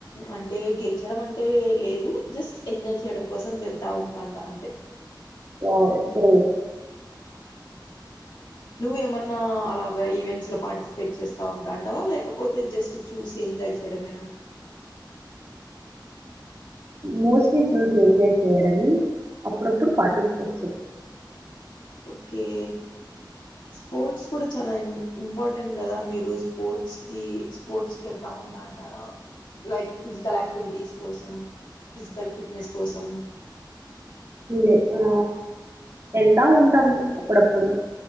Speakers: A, on the left; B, on the right.
A: అంటే గెలిచడం అంటే లేదు జస్ట్ ఎంజాయ్ చేయడం కోసం వెళ్తా ఉంటాంట అంతే
B: ఓ గ్రీ
A: నువ్వేమన్నా అలాగ ఈవెంట్స్ లో పార్టిసిపేట్ చేస్తా ఉంటాంటావా లేకపోతే జస్ట్ చూసి ఎంజాయ్ చేయడమేనా
B: మోస్ట్లీ ఇ మస్ ఎంజాయ్ చేయడమ అప్పుడప్పుడు పార్టీస్పేట్
A: మ్మ్
B: చెయ్
A: ఓకే స్పోర్ట్స్ కూడా చాలా ఇంపార్టెంట్ కదా మీరు స్పోర్ట్స్కి స్పోర్ట్స్కి వెళ్తూ ఉంటా అంటారా లైక్ ఫిజికల్ యాక్టివిటీస్ కోసం ఫిజికల్ ఫిట్నెస్ కోసం
B: లే ఆ వెళ్తా ఉంటాము అప్పుడప్పుడు